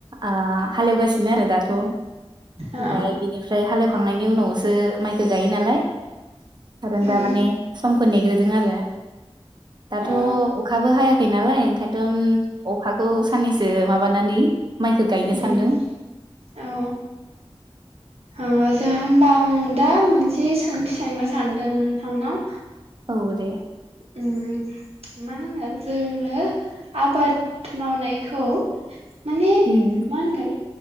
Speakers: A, on the right (about 45°); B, on the right (about 75°).
A: आ हालेवगासिनो आरो दाथ' ओमफाय
B: औ
A: बिनिफ्राय हालेवखांनायनि उनावसो माइ गायो नालाय आरो
B: उम
A: दा माने समखौ नेग्रोदों आरो दाथ'
B: ओ
A: अखाबो हायाखै नालाय एदम अखाखौ साननैसो माबानानै माइखो गायनो
B: उम
A: सानदों।
B: औ ओ जो <unintelligible> होमबा आं दा मोनसे सोंथि सोंनो सानदों नोंथांनाव
A: औ दे
B: उम मा होनो जोङो आबाद मावनायखौ माने
A: उम
B: मा होनगोन